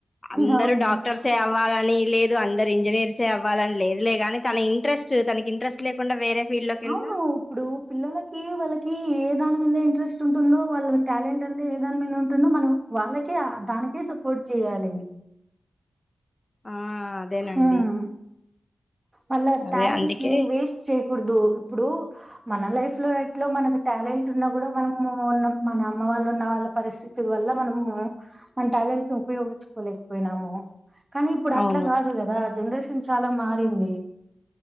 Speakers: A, on the left; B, on the right.
A: అందరు
B: అవును.
A: డాక్టర్స్ అవ్వాల కానీ లేదు అందరు ఇంజనీర్స్ ఎ అవ్వాలని లేదులే కాని తన ఇంట్రెస్ట్ తనకి ఇంట్రెస్ట్ లేకుండ వేరే ఫీల్డ్ లోకి వెళ్ళినా
B: అవును. ఇప్పుడు పిల్లలకి వాళ్ళకి ఏదా మీద ఇంట్రెస్ట్ ఉంటుందో వాళ్ళ టాలెంట్ అంత ఏదాని మీద ఉంటుందో మనం వాళ్ళకే దానికే సపోర్ట్ చేయాలి
A: ఆ అదేనండి
B: హ్మ్ ఆళ
A: అదే
B: టాలెంట్
A: అందుకే
B: ని వేస్ట్ చేయ కుడదు ఇప్పుడు మన లైఫ్ లో ఎటో మనకు టాలెంట్ ఉన్నా కూడా మనము ఉన్న మన అమ్మ వాళ్ళు ఉన్న వాళ్ళ పరిస్థితి వల్ల మనము మన టాలెంట్ ని ఉపయోగించుకోలేకపోయినాము కానీ ఇప్పుడు అట్ల
A: అవును
B: కాదు కదా జన చల మా పోయింది